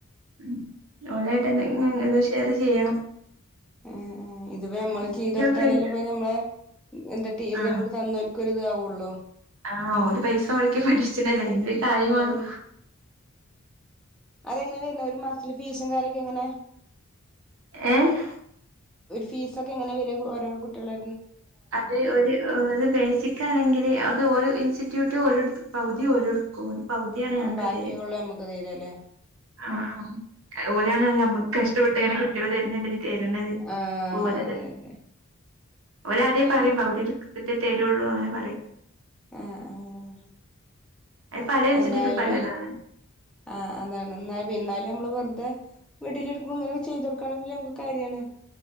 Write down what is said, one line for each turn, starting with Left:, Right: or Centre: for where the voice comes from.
Right: മ് ഓല്യറ്റ് എന്തെങ്കിലും റേ ചെയ്യണം
Centre: ആ ആ ഇതിപ്പോ നമ്മൾ
Right: ഉം.
Centre: ചെയ്ത്
Right: എന്റെ
Centre: കൊടുത്താൽ
Right: ഒരു ഫ്രണ്ട്
Centre: അല്ലെ ഇപ്പ നമ്മളെ എന്നിട്ട് ഇത്
Right: ആ
Centre: നമ്മൾക്ക് തന്നോ ക്ക്ഒരിതാവൊള്ളൂ
Right: ആ ഓർ പൈസ മൊടക്കി പഠിച്ച്ണതല്ലെ അതിന് ഒരു കാര്യവെ
Centre: അതാണ്
Right: മ്
Centre: അതെങ്ങനെ വരണത് ഒരു മാസത്തിൽ ഫീസും കാര്യക്കെ എങ്ങനെ
Right: ഏഹ്
Centre: ഫീസൊക്കെ എങ്ങനെ വെരാ ഓരോ കുട്ടികളെ
Right: അത്‌ ഒരു ഒരു ബേസിക്കാണെങ്കില് അത്‌ ഒരു ഇൻസ്റ്റിറ്റ്യൂട്ട് ഓല് പകുതി ഓല്ട്ക്കും പകുതിയാണ്
Centre: ആ
Right: ഞങ്ങക്ക്
Centre: ബാക്കിയൊള്ള
Right: തരാ
Centre: നമുക്ക് തരും അല്ലേ
Right: അ ആഹ് ഓലാണെ ഞമ്മക്ക് കഷ്ട്ടപെ <unintelligible> കിട്ടിയവര് തരിണത്
Centre: ആ
Right: ഓലത്
Centre: അതെ അതെ
Right: ഓല് ആദ്യ പറിം പകുതി ഇട്ത്ട്ട് തരൊള്ളു അങ്ങനെ പറയും
Centre: ആഹ് ആഹ്
Right: അത് പല ഇൻസ്റ്റിറ്റ്യൂട്ടും
Centre: എന്തായാലും
Right: പലതാണ്
Centre: ആ അതാണ് ന്നാ ന്നാലും മ്മള് വെറ്തെ വീട്ടിലിരിക്കുമ്പോ ഇങ്ങനൊക്കെ ചെയ്തൊട്ക്കാണെങ്കില് ന കാര്യാണ്